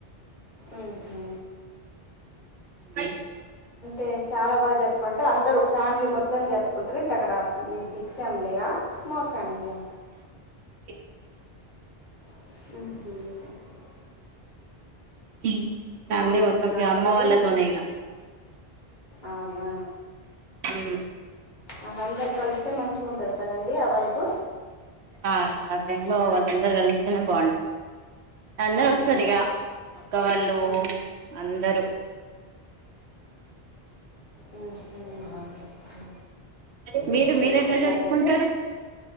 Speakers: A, on the left; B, on the right.
A: ఊ హు
B: ఉ
A: అంటే చాలా బాగా జరుపుకుంటే అందరు ఫ్యామిలీ మొత్తం జరుపుకుంటారు అంటే అక్కడ మీ బిగ్ ఫ్యామిలీగా స్మాల్ ఫైమలీలో
B: సక
A: ఆహ
B: ఉ ఫ్యామిలీ
A: అందరూ
B: మొత్తం
A: ఇక
B: అమ్మ
A: ఉంటారు
B: వాళ్ళతోనే ఇక
A: అవునా
B: ఉ
A: అ అందరు కలిస్తే మంచి ఉంటది కదండీ ఆ వైపు
B: ఆ ఆ టై లో వాళ్ళందరు కలిస్తేనే బాగుంటది అందరుూ
A: అవునా
B: వస్తారు ఇక ఒక్క వాళ్ళు
A: ఆ.
B: అందరూ
A: ఉమ్, ఉమ్, ఉమ్.
B: ఉ మీరు
A: మేము
B: మీరు
A: కూడా
B: ఎట్లా
A: వెళ్ళాలండి
B: చెప్పుకుంటారు